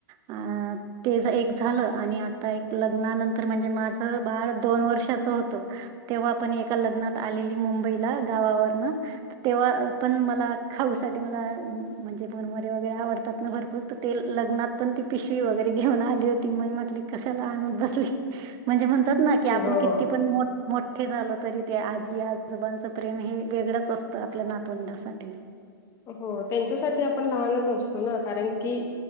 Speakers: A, on the right (about 35°); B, on the left (about 25°).
A: अ ते एक झालं आणि आता एक लग्नानंतर म्हणजे माझ बाळ दोन वर्षाचं होतं. तेव्हा पण एका लग्नात आलेली मुंबईला गावावरन तेव्हा पण मला खाऊसाठी मला म्हणजे मुरमुरे वगैरे आवडत. त्यातन भरपूर तुटेल ते लग्नात पण ती पिशवी वगैरे घेऊन आली होती. मगं म्हटले कशाला आणत बसली. म्हणजे म्हणतात ना की आपण
B: हो
A: किती पण मोठं मोठे झालं तरी ते आजी आजोबांचं प्रेम हे वेगळंच असतं आपल्या नातवंडासाठी.
B: हो त्यांच्यासाठी आपण लहानच असतो ना कारण की